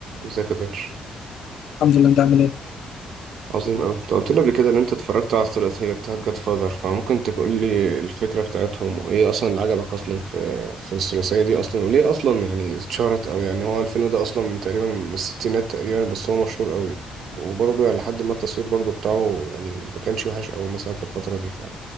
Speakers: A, on the right (about 65°); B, on the left (about 70°).
A: ازيك يا دكتور
B: الحمد لله انت عامل ايه
A: عظيم أوي انت قلت لي قبل كده ان انت اتفرجت على الثلاثية بتاعت جاد فاذر فممكن تقول لي الفكرة بتاعتهم وايه اصلا اللي عجبك اصلا في في الثلاثية دي اصلا وليه اصلا يعني اتشهرت أوي يعني هو الفيلم ده اصلا من تقريبا من الستينات تقريبا بس هو مشهور أوي وبرضه يعني لحد ما التصوير برضه بتاعه يعني ما كانش وحش أوي مثلا في الفترة دي ف